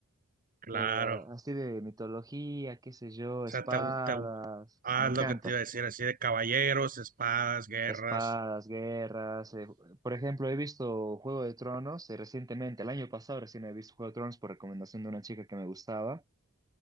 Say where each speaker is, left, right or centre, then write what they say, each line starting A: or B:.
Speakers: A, on the right (about 40°); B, on the right (about 15°).
A: claro.
B: Pero ah, así de mitología, qué sé yo,
A: O
B: espadas,
A: sea, te, gu- te gu- ah,
B: me encanta.
A: lo que te iba a decir, así de caballeros, espadas, guerras.
B: Espadas, guerras. eh, Por ejemplo, he visto Juego de Tronos eh, recientemente, el año pasado recién he visto Juego de Tronos por recomendación de una chica que me gustaba,